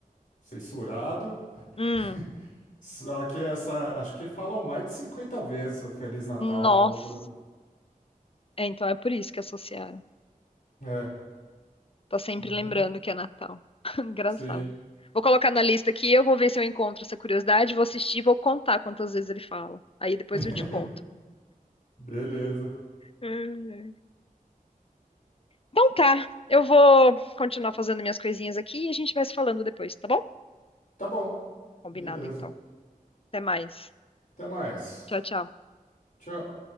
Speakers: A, on the left (about 65°); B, on the left (about 40°).
A: censurado.
B: Hum,
A: <laughs> Só que essa, acho que falam mais de 50 vezes o Feliz Natal
B: nossa.
A: ao longo do.
B: É, então é por isso que associaram.
A: É,
B: Tá sempre
A: mas-
B: lembrando que é Natal. <laughs> Engraçado.
A: sim.
B: Vou colocar na lista aqui, eu vou ver se eu encontro essa curiosidade, vou assistir, vou contar quantas vezes ele fala. Aí depois
A: <laughs>
B: eu te conto.
A: Beleza.
B: Hum. Então tá, eu vou continuar fazendo minhas coisinhas aqui e a gente vai se falando depois, tá bom?
A: Tá bom.
B: Combinado
A: Beleza.
B: então. Até mais.
A: Até mais.
B: Tchau, tchau.
A: Tchau.